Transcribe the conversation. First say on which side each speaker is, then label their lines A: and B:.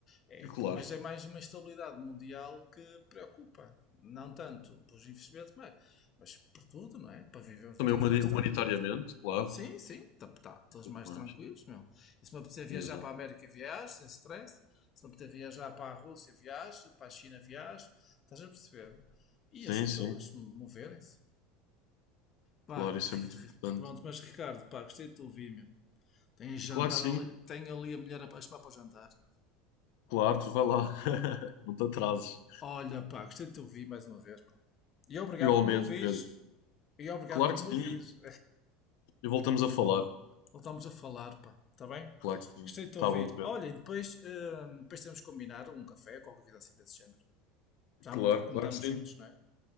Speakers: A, on the left; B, on the left.
A: É
B: claro.
A: que- mas é mais uma estabilidade mundial que preocupa. Não tanto pelos investimentos, mas, mas por tudo, não é? Para vivermos
B: Também
A: todos
B: humani-
A: mais
B: humanitariamente,
A: tranquilos.
B: claro,
A: Sim, sim, tá, tá, todos
B: tudo
A: mais
B: mais.
A: tranquilos, meu. E se me apetecer viajar
B: Exato.
A: para a América, viajo, sem stress. Se me apetecer viajar para a Rússia, viajo, para a China, viajo. Estás a perceber? E
B: Sim,
A: as pessoas
B: sim,
A: moverem-se. Pá,
B: claro, isso é muito
A: <laughs>
B: importante.
A: pronto, mas Ricardo, pá, gostei de te ouvir, meu. Tem jantar
B: E Claro que sim,
A: ali, tem ali a mulher a chamar para o jantar.
B: claro, tu vai lá, <laughs> não te atrases.
A: Olha, pá, gostei de te ouvir mais uma vez, pá. E obrigado
B: Igualmente,
A: por me ouvires.
B: Pedro.
A: E obrigado
B: Claro
A: por
B: que
A: me
B: sim,
A: ouvires.
B: e voltamos a falar.
A: Voltámos a falar, pá. Está bem?
B: Claro que sim,
A: Gostei de te ouvir.
B: tá bom, Pedro.
A: Olha, e depois, hum, depois temos que combinar um café, qualquer coisa assim desse género. Já
B: Claro,
A: há muito tempo que
B: claro
A: não estamos
B: que sim.
A: juntos, não é?